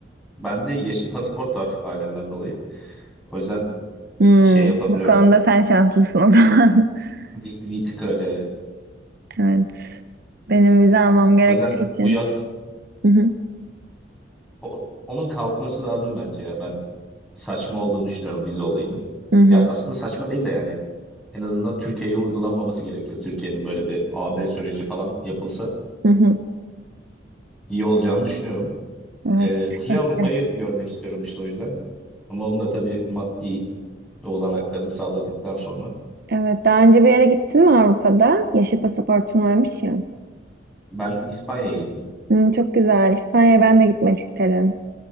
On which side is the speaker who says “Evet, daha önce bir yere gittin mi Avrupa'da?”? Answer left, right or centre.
Right